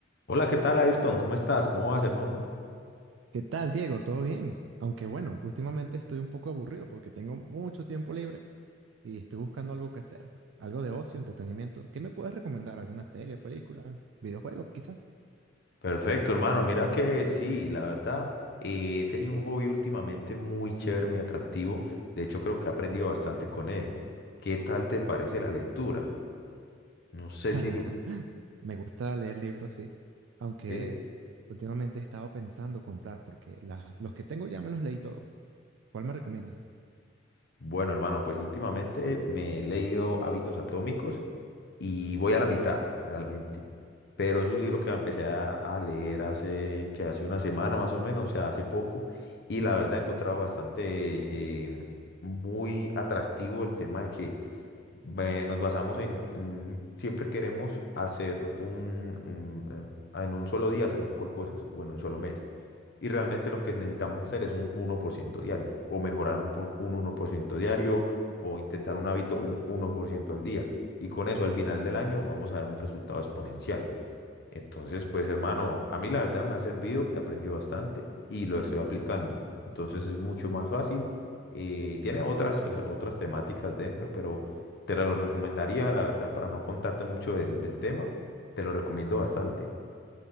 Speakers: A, on the left (about 55°); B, on the right (about 80°).
A: Hola, ¿qué tal, Ayrton? ¿Cómo estás? ¿Cómo vas, hermano?
B: ¿Qué tal, Diego? ¿Todo bien? Aunque bueno, últimamente estoy un poco aburrido porque tengo mucho tiempo libre y estoy buscando algo que hacer, algo de ocio, entretenimiento. ¿Qué me puedes recomendar? ¿Alguna serie, película, videojuego, quizás?
A: Perfecto, hermano. Mira que sí, la verdad, eh, he tenido un hobby últimamente muy chévere, muy atractivo. De hecho, creo que he aprendido bastante con él. ¿Qué tal te parece la lectura? No sé
B: <laughs>
A: si...
B: Me gusta leer libros, sí, aunque
A: ¿sí?
B: últimamente he estado pensando comprar porque la- los que tengo ya me los leí todos. ¿Cuál me recomiendas?
A: Bueno, hermano, pues últimamente me he leído Hábitos Atómicos y voy a la mitad realmente. Pero es un libro que empecé a, a leer hace, que hace una semana más o menos, o sea, hace poco. Y la verdad he encontrado bastante eh, muy atractivo el tema de que ve- nos basamos en, en- siempre queremos hacer un, un, eh, en un solo día hacer un poco de cosas o en un solo mes. Y realmente lo que necesitamos hacer es un uno por ciento diario o mejorar un, por- un uno por ciento diario o intentar un hábito un uno por ciento al día. Y con eso al final del año vamos a dar un resultado exponencial. Entonces, pues hermano, a mí la verdad me ha servido, he aprendido bastante y lo estoy aplicando. Entonces es mucho más fácil. Eh, tiene otras, pues, otras temáticas dentro, pero te lo recomendaría, la verdad, para no contarte mucho del, del tema, te lo recomiendo bastante.